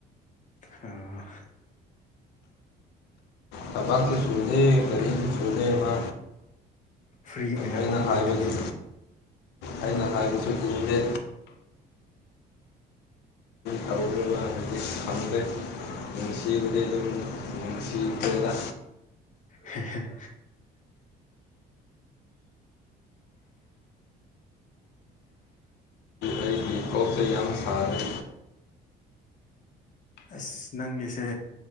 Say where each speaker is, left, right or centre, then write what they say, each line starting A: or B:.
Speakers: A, on the left; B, on the left.
A: ꯑꫭ
B: ꯊꯕꯥꯥꯡꯁꯨ ꯁꯨꯗꯦ ꯀꯔꯤꯝ
A: ꯑꯗꯨ
B: ꯁꯨꯗꯦ ꯃꯥ
A: ꯐ꯭ꯔꯤ ꯑꯣꯏꯔꯝꯒꯅꯤ
B: ꯑꯩꯅ ꯍꯥꯏꯕꯁꯨ
A: ꯑꯗꯨꯗꯤ
B: ꯑꯩꯅ ꯍꯥꯏꯕꯁꯨ ꯏꯅꯤꯡꯗꯦ ꯊꯥꯎꯔ ꯂ <unintelligible> ꯈꯪꯗꯦ ꯅꯨꯡꯁꯤꯕꯗꯩ ꯑꯗꯨꯝ ꯅꯨꯡꯁꯤꯈꯔ‌ꯦꯗꯥ
A: ꯍ‌ꯦ ꯍ‌ꯦ
B: ꯑꯩꯒꯤ ꯀꯣꯛꯁꯦ ꯌꯥꯝ ꯁꯥꯔꯦ
A: ꯑꯁ ꯅꯪꯒꯤꯁꯦ